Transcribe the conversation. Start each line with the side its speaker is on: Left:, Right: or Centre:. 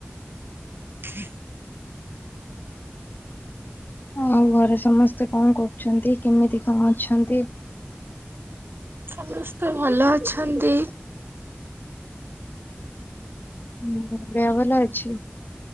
Right: <inaudible>
Left: ଆଉ ଘରେ ସମସ୍ତେ କଣ କରୁଛନ୍ତି କେମିତି କଣ ଅଛନ୍ତି?
Right: ସମସ୍ତେ ଭଲ ଅ ଅଛନ୍ତି
Left: ହୁଁ ଦେହ ଭଲ ଅଛି?